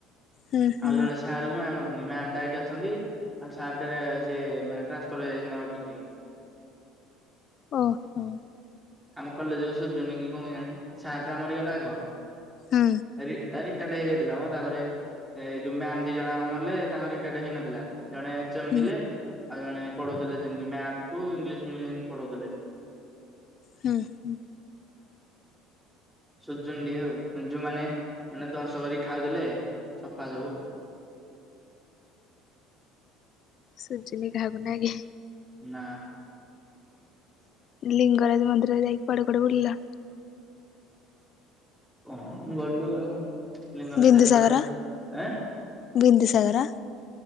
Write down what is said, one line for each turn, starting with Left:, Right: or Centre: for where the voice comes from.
Left: ହୁଁ ହୁଁ
Centre: ଆଉ ଜଣେ ସା ସାର କୁ ମାମ ଅଛନ୍ତି, ମାମ ଟା ଏଇଠି ଅଛନ୍ତି, ଆଉ ସାର ଟେ ସେ ମାନେ ଟ୍ରାନ୍ସଫର ହେଇଯାଇଚନ୍ତି ଆଉ ଗୋଟେ ଠି କି।
Left: ଓହୋ।
Centre: ଆମ କଲେଜ କ ସୁଜୁନି କି କଣ ଜାଣି? ସାର ଟା ମରିଗଲା ଆଗ
Left: ହୁଁ।
Centre: ରି, ତା ରିତାର୍ଟ ହେଇଯାଇଥିଲା ମ, ତାପରେ ଏଇ ଯୋଉ ମ୍ୟାମ ଦି ଜଣଆଙ୍କ ମଲେ, ତାଙ୍କ ରିତାର୍ଟ ହେଇନଥିଲା, ଜଣେ ସେମିଥିଲେ,
Left: ହୁଁ
Centre: ଆଉ ଜଣେ ପଢଉଥିଲେ ସେମିତି, ମ୍ୟାଥ କୁ ଇଂଲିଶ ଫିଙ୍ଗଲିଶ ଏମିତି ପଢଉଥିଲେ।
Left: ହୁଁ ହୁଁ।
Centre: ସୁଜୁନଟିଏ ଆଉ ଉଁ ଯୋଉମାନେ ମାନେ ଧ୍ୱଂସ କରି ଖାଉଥୁଲେ ସଫା ସବୁ।
Left: ସୁଜିନି କାହାକୁ ନାଇଁ କି?
Centre: ନାଁ।
Left: ଲିଙ୍ଗରାଜ ମନ୍ଦିର ଯାଇକି କୁଆଡ଼େ କୁଆଡ଼େ ବୁଲିଲ?
Centre: କଁ ଗଲୁ ଆଉ ଲିଙ୍ଗର
Left: ବିନ୍ଦୁସାଗର
Centre: ଚାରିପଟେ ଆଁ?
Left: ବିନ୍ଦୁସାଗର